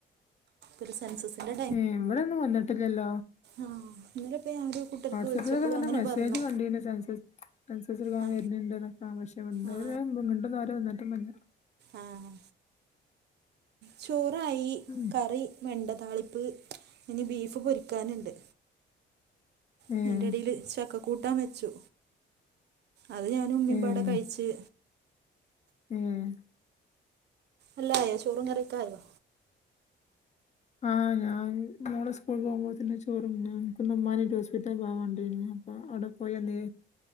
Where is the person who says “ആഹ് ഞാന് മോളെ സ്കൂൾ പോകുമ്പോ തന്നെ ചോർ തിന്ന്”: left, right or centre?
Left